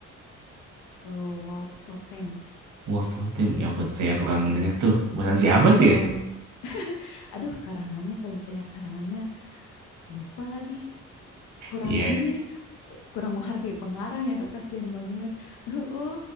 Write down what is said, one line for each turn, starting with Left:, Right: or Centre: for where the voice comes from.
Left: Eh, Wolf Totem.
Right: Wolf Totem. Ya ampun, saya kurang denger tuh. Buatan siapa
Left: Eh,
Right: tuh ya?
Left: aduh, karangannya kalau ditanya karangannya lupa lagi. Kurang
Right: Iya.
Left: ini, eh, kurang menghargai pengarang ya, aduh kasihan banget. <laughs> Uh,